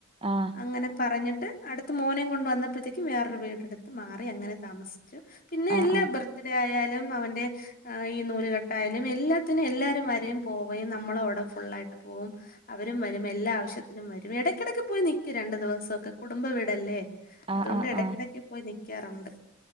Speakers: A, on the right (about 25°); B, on the left (about 45°).
A: ആഹ്
B: അങ്ങനെ പറഞ്ഞിട്ട് അടുത്ത് മോനേയും കൊണ്ട് വന്നപ്പഴത്തേക്കും വേറൊരു വീടെടുത്ത് മാറി അങ്ങനെ താമസിച്ചു. പിന്നെ
A: ആഹ് ആഹ്
B: എല്ലാ
A: ആഹ്
B: ബർത്ത്ഡേ ആയാലും അവന്റെ ആഹ് ഈ നൂലുകെട്ടായാലും എല്ലാത്തിനും എല്ലാരും വരേം പോവേം നമ്മളവിടെ ഫുള്ളായിട്ട് പോവും അവരും വരും എല്ലാ ആവശ്യത്തിനും വരും ഇടയ്ക്കിടക്ക് പോയി നിക്കും രണ്ടു ദിവസൊക്കെ കുടുംബ വീടല്ലേ
A: ആഹ് ആഹ്
B: അതുകൊണ്ട്
A: ആഹ് ആഹ്
B: ഇടക്കിടക്ക്
A: ആഹ്
B: പോയി നിക്കാറുണ്ട്